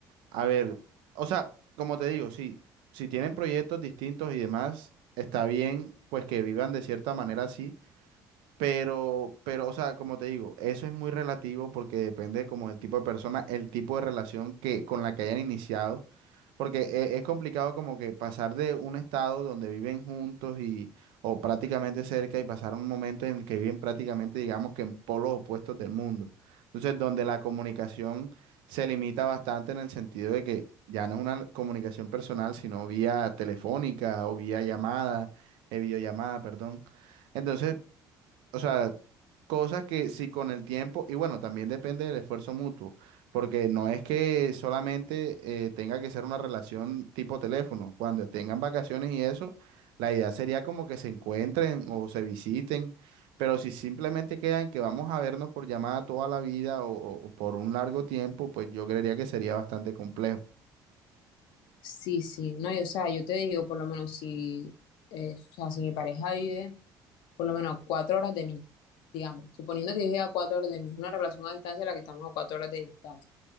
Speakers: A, on the right; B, on the left.
A: a ver, o sea, como te digo, sí, si tienen proyectos distintos y demás, está bien, pues que vivan de cierta manera así, pero, pero, o sea, como te digo, eso es muy relativo porque depende como del tipo de persona, el tipo de relación que, con la que hayan iniciado. Porque e- es complicado como que pasar de un estado donde viven juntos y o prácticamente cerca y pasar a un momento en el que viven prácticamente, digamos que en polos opuestos del mundo. Entonces, donde la comunicación se limita bastante en el sentido de que ya no es una comunicación personal, sino vía telefónica o vía llamada, eh, videollamada, perdón. Entonces, o sea, cosas que si con el tiempo, y bueno, también depende del esfuerzo mutuo, porque no es que solamente eh, tenga que ser una relación tipo teléfono, cuando tengan vacaciones y eso, la idea sería como que se encuentren o se visiten, pero si simplemente quedan que vamos a vernos por llamada toda la vida o, o o por un largo tiempo, pues yo creería que sería bastante complejo.
B: Sí, sí, no, y, o sea, yo te digo, por lo menos si, eh, o sea, si mi pareja vive por lo menos a cuatro horas de mí, digamos, suponiendo que vive a cuatro horas de mí, es una relación a distancia en la que estamos a cuatro horas de distancia.